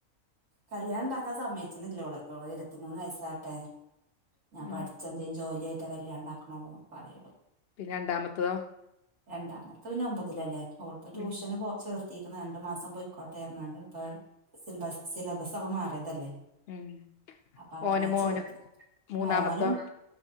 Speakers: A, on the right; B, on the left.
A: കല്യാണം ഉണ്ടാക്കാൻ സമ്മയച്ചന്നല്ലോള് ഇരുത്തിമൂന്ന് വയസാട്ടെ ഞാൻ
B: ഉം
A: പഠിച്ചെ എന്തേും ജോലിയായിട്ട്ത് കല്യാണം ഉണ്ടാക്കണ പറയുന്നു
B: പിന്നെ രണ്ടാമത്തതോ?
A: രണ്ടാമത്തെ പിന്നെ ഒമ്പതിലല്ലേ അവളപ്പോ ട്യൂഷന്
B: ഉം
A: പോ ചേർത്തിരിക്കുന്നു രണ്ടു മാസം പോയി കോട്ടയംനാണ്ട് ഇപ്പൊ സിലബസ് സിലബസ ഒക്കെ മാറിയതല്ലേ?
B: ഉം
A: അപ്പ അങ്ങനെ
B: ഓന് മോനും
A: ചോദ
B: മൂന്നാമത്തോ
A: മോനും <inaudible>